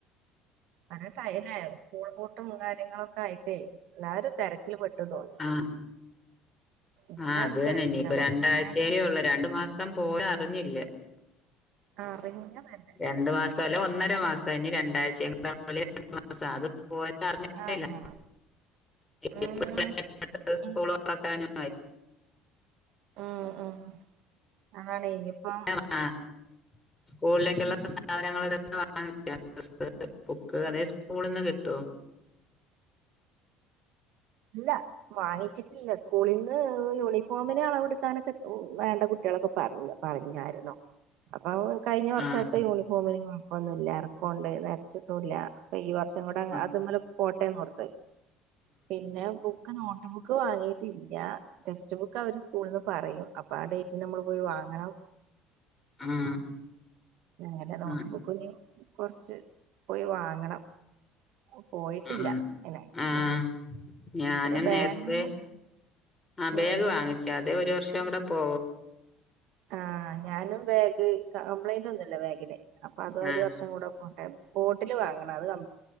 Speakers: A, on the right; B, on the left.
A: <unintelligible> സ്കൂൾ പൂട്ടും കാര്യങ്ങളൊക്കെ ആയിട്ടേ എല്ലാരും തെരക്കിൽ പെട്ടു. <unintelligible>
B: ആഹ്
A: എല്ലാരും
B: ആഹ് അതന്നെ
A: തെരക്കിലാ
B: ഇനിപ്പൊ രണ്ടാഴ്ചയല്ലേ
A: പിള്ളേര്
B: ഉള്ളൂ രണ്ടു മാസം പോയ അറിഞ്ഞില്ല.
A: ആഹ് <unintelligible>
B: രണ്ട് മാസല്ല ഒന്നര മാസം ഇനി രണ്ടാഴ്ച <unintelligible> <unintelligible> മാസം അത് പോയത് അറിഞ്ഞതേല്ല
A: ആഹ്
B: <unintelligible>
A: ഉം ഇനി ആഹ് ആഹ് അതാണ് ഇനിപ്പൊ
B: ആഹ് സ്കൂളിലേക്കുള്ള സാധനങ്ങളതൊക്കെ വാങ്ങിച്ചോ <unintelligible> ബുക്ക് അതേ സ്കൂളിന്ന് കിട്ടോ?
A: ഇല്ല വാങ്ങിച്ചിട്ടില്ല. സ്കൂളീന്ന് യൂണീഫോമിന് അളവെടുക്കാനൊക്കെ വേണ്ട കുട്ടികളൊക്കെ പറഞ്ഞു പറഞ്ഞാരുന്നോ? അപ്പൊ കഴിഞ്ഞ വർഷത്തെ
B: ആഹ്
A: യൂണിഫോമിന് കൊഴപ്പൊന്നുംല്ല എറക്കോണ്ട് നരച്ചിട്ടുംല്ല അപ്പൊ ഈ വർഷം കൂടെ
B: ആഹ്
A: അതുമ്മലെ പോട്ടേന്നോർത്ത്. പിന്നെ ബുക്ക് നോട്ട് ബുക്ക് വാങ്ങീട്ടില്ല. ടെക്സ്റ്റ് ബുക്ക് അവര് സ്കൂൾന്ന് പറയും. അപ്പൊ ആ ഡേറ്റിന് നമ്മള് പോയി വാങ്ങണം
B: ആഹ്
A: ഏത നോട്ട്
B: ആഹ്
A: ബുക്ക്‌ഞ്ഞി കൊർച്ച് പോയി വാങ്ങണം പോയിട്ടില്ല
B: ആഹ്
A: <unintelligible>
B: ആഹ് ഞാനും
A: പിന്നെ ബാഗിനും
B: നേരത്തെ അഹ് ബാഗ്
A: ഉം
B: വാങ്ങിച്ചു. അത് ഒരു വർഷം കൂടെ പോ
A: ആഹ് ഞാനും ബാഗ് കംപ്ലൈന്റ് ഒന്നുംല്ല ബാഗിന് അപ്പ അത് ഒരു
B: ആ
A: വർഷം കൂടെ പോട്ടെ. ബോട്ടില് വാങ്ങണം അത് കം